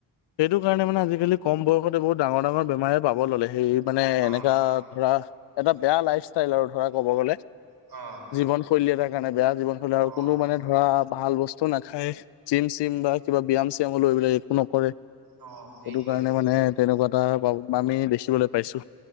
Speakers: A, on the left; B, on the right.
A: সেইটো কাৰণে মানে আজিকালি কম বয়সতে বহুত ডাঙৰ -ডাঙৰ বেমাৰে পাব ল'লে সেইয়ে মানে
B: অ',
A: এনেকা ধৰা এটা বেয়া লাইফষ্টাইল আৰু ধৰা ক'ব গলে।
B: অ',
A: জীৱনশৈলী এটাৰ কাৰণে বেয়া, জীৱনশৈলী
B: অ',
A: আৰু কোনো মানে ধৰা ভাল বস্তু নাখায়। জিম -চিম বা কিবা ব্যায়াম- চ্যায়ামলো এইবিলাক একো নকৰে।
B: অ', সেইটোৱে
A: সেইটো কাৰণে মানে তেনেকুৱা এটা আমি দেখিবলৈ পাইছো।